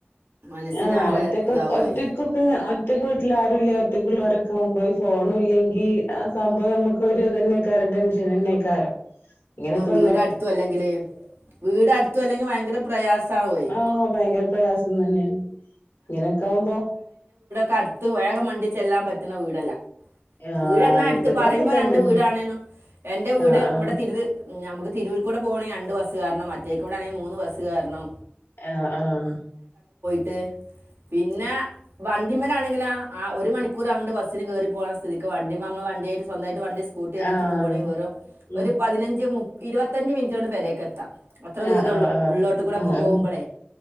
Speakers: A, on the right; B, on the left.
A: മനസ്സിനാകെ
B: ആഹ ഒറ്റക്ക
A: ഇതാവുമേ
B: ഒറ്റക്കൊക്കെ ഒറ്റ വീട്ടില ആരും ഇല്ല ഒറ്റേക്കുള്ളള്ള വരെ ഒകെ കൊണ്ട് പോയി ഫോണ ഇല്ലെങ്കിൽ ആ സംഭവം നമുക്ക്ൊ ഇതന്നെക്കാലം ടെൻഷനന്നെക്കാലം ഇങ്ങനെയൊക്കെ
A: വീടടുത്തും അല്ലെങ്കിൽ വീടടുത്തും അല്ലെങ്കിൽ ഭയങ്കര പ്രയാസമാണ് പോയി
B: ആഹ ഭയങ്കര പ്രയാസം തന്നെയാണ് ഇങ്ങനെയൊക്കെ ആകുമ്പോ
A: കത്ത് വഴക മണ്ടിച്ചെല്ലാൻ പറ്റുന്ന വീടല്ലാം
B: ആഹ്
A: വീട്ണാ എടുത്ത്
B: ഇന്റതും
A: പറയുമ്പോ
B: അങ്ങനെ തന്നെ
A: രണ്ട വീടാണേനോ എൻ്റെ വീട്
B: ആഹ് ആഹ്
A: ഇവിടെ തിരിത് നമുക്ക് തിരൂർ കൂടെ പോകയാണെിൽ രണ്ട് ബസ് കയറണം മറ്റേക്കൂടെ ആണെങ്കിൽ മൂന്ന് ബസ് കയറണം
B: ആഹ ആഹ
A: ന്ന വന്നിട്ടാണെങ്കിൽ ഒരു മണിക്കൂർ ബസ് കയറി അങ്ങോട്ട് പോകും പോകുന്ന സ്ഥിതിക്ക് വണ്ടി നമ്മ വണ്ടിയ ആട്ട് സ്വമായിട്ട് സ്കൂട്ടി അടിക്ക്
B: ആഹ്
A: പോകവാണെങ്കിൽ വറും
B: ഉം
A: ഒരു പതിനഞ്ച് മുപ്പ ഇരുപത്തഞ്ച് മിനിറ്റ് കൊണ്ട് പ വരേക്ക എത്താം അത്ര
B: ആ
A: ദൂരമേ
B: ആഹ്
A: ഉള്ളൂ ഉള്ളോട്ട് കൂടെ
B: ആഹ്
A: ഒക്കെ പോകുമ്പോഴേ